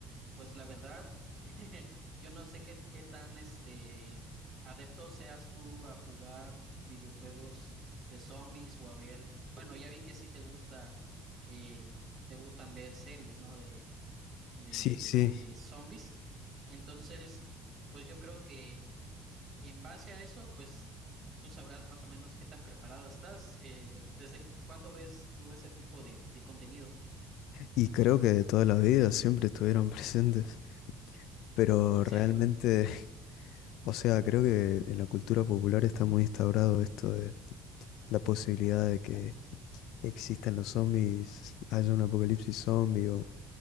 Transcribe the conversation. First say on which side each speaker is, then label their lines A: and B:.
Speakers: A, on the right; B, on the left.
A: Pues la verdad, <laughs> yo no sé qué, qué tan este adepto seas tú a jugar videojuegos de zombies o a ver, bueno, ya vi que sí te gusta, eh, te gustan ver series, ¿no? De, de,
B: Sí, sí.
A: de zombies. Entonces, pues yo creo que en base a eso, pues tú sabrás más o menos qué tan preparado estás. Eh, ¿desde cuándo ves tú ese tipo de, de contenido?
B: Y creo que de toda la vida siempre estuvieron <laughs> presentes, pero
A: ¿En
B: realmente
A: serio?
B: <laughs> O sea, creo que en la cultura popular está muy instaurado esto de la posibilidad de que existan los zombies, haya un apocalipsis zombie o,